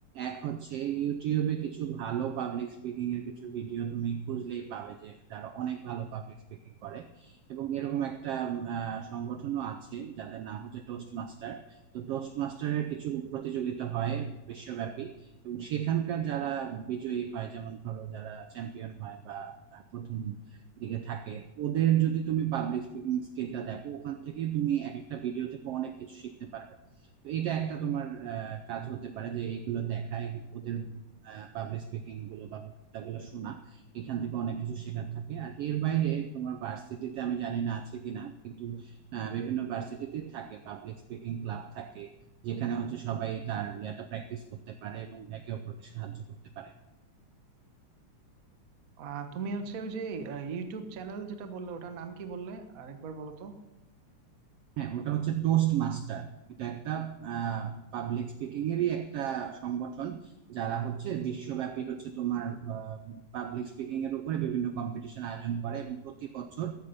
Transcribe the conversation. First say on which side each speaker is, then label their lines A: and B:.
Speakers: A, on the right (about 90°); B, on the right (about 65°).
A: এক হচ্ছে ইউটিউবে কিছু ভালো পাবলিক স্পিকিং এর কিছু ভিডিও তুমি খুঁজলেই পাবে যে যারা অনেক ভালো পাবলিক স্পিকিং করে এবং এরকম একটা আহ, সংগঠনও আছে যাদের নাম হচ্ছে টোস্ট মাস্টার তো টোস্ট মাস্টারের কিছু প্রতিযোগিতা হয় বিশ্বব্যাপী এবং সেখানকার যারা বিজয়ী হয় যেমন ধরো যারা চ্যাম্পিয়ন হয় বা আহ, প্রথম দিকে থাকে ওদের যদি তুমি পাবলিক স্পিকিং স্কিলটা দেখো ওখান থেকে তুমি এক একটা ভিডিও থেকে অনেক কিছু শিখতে পারবে তো এটা একটা তোমার আহ, কাজ হতে পারে যে এইগুলো দেখায় ওদের পাবলিক স্পিকিং গুলো বা বক্তৃতা গুলো শোনা এখান থেকে অনেক কিছু শেখার থাকে আর এর বাইরে তোমার ভার্সিটিতে আমি জানি না আছে কিনা কিন্তু আহ, বিভিন্ন ভার্সিটিতে থাকে পাবলিক স্পিকিং ক্লাব থাকে যেখানে হচ্ছে সবাই তার ইয়াটা প্র্যাকটিস করতে পারে এবং একে অপরকে সাহায্য করতে পারে
B: আহ তুমি হচ্ছে ওই যে আহ, ইউটিউব চ্যানেল যেটা বললে ওটার নাম কি বললে আরেকবার বলো তো
A: হ্যাঁ ওটা হচ্ছে টোস্ট মাস্টার এটা একটা পাবলিক স্পিকিং এরই একটা সংগঠন যারা হচ্ছে বিশ্বব্যাপী হচ্ছে তোমার পাবলিক স্পিকিং এর উপরে বিভিন্ন কম্পিটিশন আয়োজন করে এবং প্রতি বছর